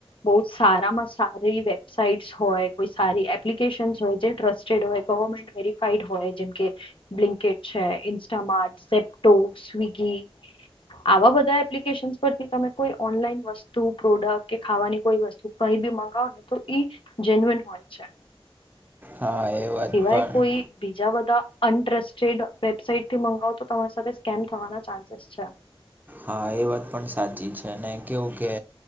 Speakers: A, on the left (about 60°); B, on the right (about 20°).
A: બહુ જ સારામાં સારી વેબસાાઈટ્સ હોય કોઈ સારી એપ્લિકેશનસ હોય જે ટ્રસ્ટેડ હોય ગવર્મેન્ટ વેરીફાઈડ હોય જેમ કે બ્લિન્કેટ છે ઇન્સ્ટમાટ ઝેપ્ટો સ્વિગી આવા બધા એપ્લિકેશનસ પરથી તમે કોઈ ઓનલાઈન વસ્તુ પ્રોડક્ટ કે ખાવાની કોઈ વસ્તુ કઈ બી મંગાવ ને તો ઈ જેન્યુન હોય છે.
B: હા, એ વાત
A: આવી
B: પણ
A: કોઇ બીજા બધા અન્ટરેસ્ટેડ વેબસાટ થી મંગાવતો તમારી સાથે સ્કેમ થવા ચાન્સ અચછા
B: હા એ વાત પણ સાચી છે, અને કેવું કે